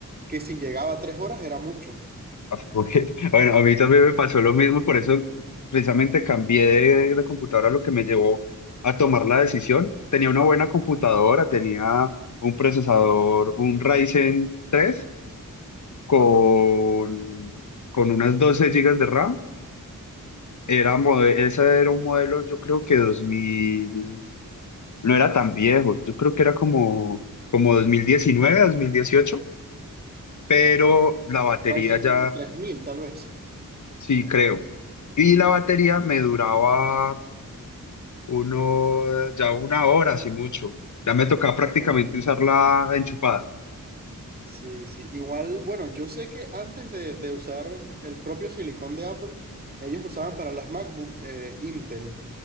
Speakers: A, on the right (about 30°); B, on the left (about 60°).
A: que si llegaba a 3 horas era mucho.
B: Ah, porque- <laughs> Bueno, a mí también me pasó lo mismo, por eso precisamente cambié de, de computadora, lo que me llevó a tomar la decisión. Tenía una buena computadora, tenía un procesador, un Ryzen tres. con, con unas 12 gigas de RAM. Era, mode- ese era un modelo, yo creo que 2000 no era tan viejo, yo creo que era como, como dos dos mil diecinueve dos mil dieciocho pero
A: Ok.
B: la
A: Un
B: batería
A: Ryzen
B: ya,
A: 3000 tal vez.
B: sí creo. Y la batería me duraba uno, ya una hora, así mucho. Ya me tocaba prácticamente
A: Ok, ok.
B: usarla enchufada.
A: Sí, sí. Igual, bueno, yo sé que antes de, de usar el propio silicón de Apple, ellos usaban para las MacBook eh, Intel.